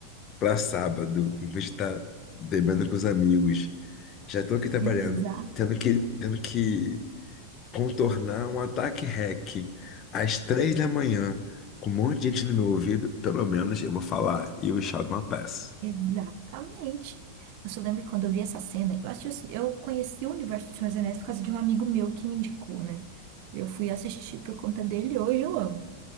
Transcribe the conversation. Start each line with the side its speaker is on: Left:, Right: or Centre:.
Left: pra sábado, em vez de estar bebendo com os amigos. Já tô aqui trabalhando,
Right: Exa-
Left: tendo que, tendo que contornar um ataque hack às três da manhã, com um monte de gente no meu ouvido, pelo menos eu vou falar, You Shall Not Pass.
Right: exatamente. Eu só lembro que quando eu vi essa cena, eu, assisti, o ci- eu conheci o universo do Senhor dos Anéis por causa de um amigo meu que me indicou, né? Eu fui assistir por conta dele e hoje eu amo.